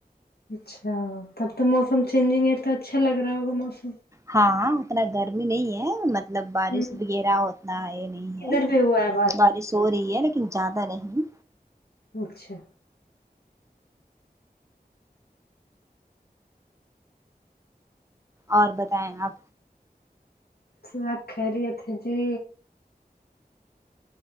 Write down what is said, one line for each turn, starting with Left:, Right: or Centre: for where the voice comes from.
Left: اچھا تب تو موسم چینجنگ ہے تو اچھا لگ رہا ہوگا موسم
Right: ہاں اتنا گرمی نہیں ہے مط لب بارش
Left: ہوں
Right: وغیرہ اتنا ہے نہیں
Left: ادھر
Right: ہے
Left: بھی ہوا ہے
Right: بارش ہو رہی ہے لیکن زیادہ نہیں
Left: اچھا
Right: اور بتائیں آپ
Left: سب خیریت ہے جی